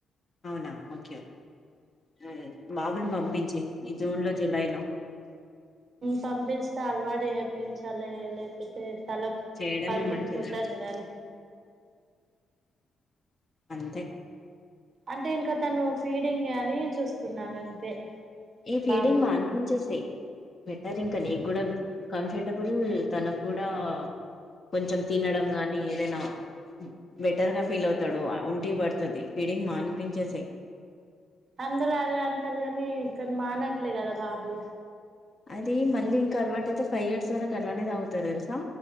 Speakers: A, on the left; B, on the right.
A: అవునా ఓకే ఓకే అ బాబుని పంపించేయి ఈ జూన్ లో జులై లో
B: పంపస్తా అలవాటు చూపించాలి లేక పోతే తల
A: చేయడమే
B: పగిలి
A: మంచిది
B: పోతుందినాది
A: అంతే
B: అంటే ఇంకా తను ఫీడింగ్ ఏ అని చూస్తున్నాను అంతే
A: ఈ ఫీడింగ్
B: బాబు
A: మానిపించేసేయి బెటర్ ఇంకా
B: ఉమ్
A: నీకు కూడా కంఫర్టబుల్ ల్ తనకు కూడా కొంచెం తినడం గాని ఏదైనా బెటర్గా ఫీల్ అవుతాడు ఒంటి పడుతుంది ఫీడింగ్ మానిపించేసేయు
B: అందరు అదే అంటారు కానీ ఇతను మానట్లే కదా బాబు
A: అది మళ్ళీ ఇంకా అలవాటు అయితే ఫైవ్ ఇయర్స్ వరకు అలానే తగ్గుతారు తెలుసా